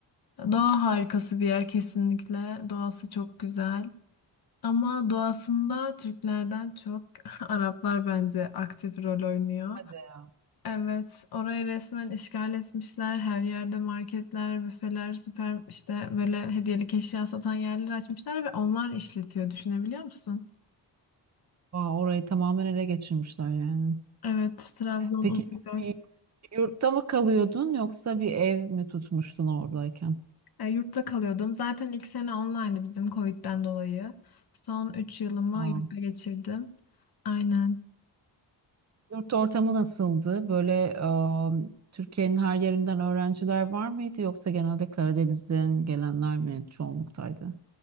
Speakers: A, on the left; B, on the right.
A: Doğa harikası bir yer kesinlikle. Doğası çok güzel. Ama doğasında Türklerden çok <laughs> Araplar bence aktif rol oynuyor.
B: Hadi ya.
A: Evet, orayı resmen işgal etmişler. Her yerde marketler, büfeler, süper işte böyle hediyelik eşya satan yerler açmışlar ve onlar işletiyor. Düşünebiliyor musun?
B: Aa, orayı tamamen ele geçirmişler yani.
A: Evet, Trabzon
B: Peki
A: Uzungöl.
B: y- yurtta mı kalıyordun yoksa bir ev mi tutmuştun oradayken?
A: E, yurtta kalıyordum. Zaten ilk sene online'dı bizim Covid'den dolayı. Son 3 yılımı
B: Aa.
A: yurtta geçirdim. Aynen.
B: Yurt ortamı nasıldı? Böyle e, Türkiye'nin her yerinden öğrenciler var mıydı yoksa genelde Karadeniz'den gelenler mi çoğunluktaydı?